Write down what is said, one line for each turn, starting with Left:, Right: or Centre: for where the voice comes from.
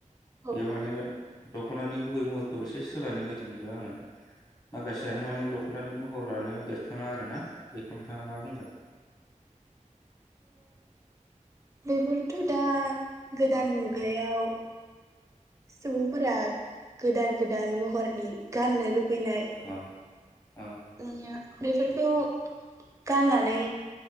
Left: बेयाव
Right: औ
Left: माने दख'नानि गुबै महरखौ एसे सोलायनाय बायदि नुदों आङो माखासेयानो
Right: औ
Left: माने दख'नि महरानो बेरखाङा आरो ना? बेखौ नोंथाङा मा बुंगोन?
Right: बेफोर थ' दा गोदो गोदान मुगायाव सुबुंफोरा गोदान गोदान महरनि गाननो लुबैयो। फैनाय
Left: औ औ
Right: बेफोरखौ गाननानै